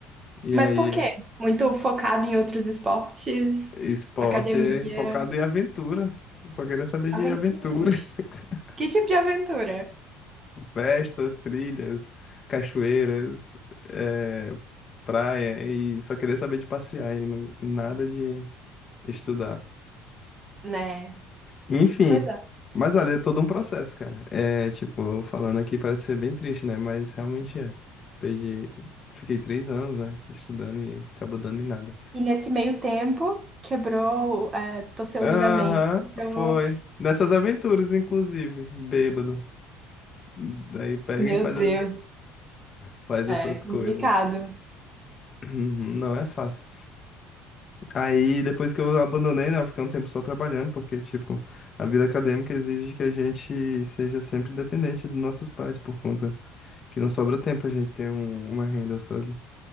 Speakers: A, on the left; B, on the right.
A: E
B: Mas
A: aí,
B: por quê? Muito focado em outros esportes,
A: esporte
B: academia,
A: é focado em aventura. Só queria saber de
B: aventura.
A: aventura. <laughs>
B: Que tipo de aventura,
A: Festas, trilhas, cachoeiras, eh, praia, e só queria saber de passear e não- nada de estudar.
B: né?
A: Enfim.
B: Pois é.
A: Mas olha, é todo um processo, cara. É, tipo, falando aqui parece ser bem triste, né? Mas realmente é. Perdi. Fiquei três anos, né? Tô Estudando e acabou dando em nada.
B: E nesse meio tempo, quebrou, é, torceu
A: Aham,
B: o ligamento. Então,
A: foi. Nessas aventuras, inclusive. Bêbado. Daí pega
B: Meu
A: e faz,
B: Deus,
A: a- faz
B: é
A: essas coisas.
B: complicado.
A: Uhum, Não é fácil. Aí, depois que eu abandonei, né? Eu fiquei um tempo só trabalhando, porque, tipo, a vida acadêmica exige que a gente seja sempre dependente dos nossos pais por conta que não sobra tempo pra gente ter um- uma renda, sabe?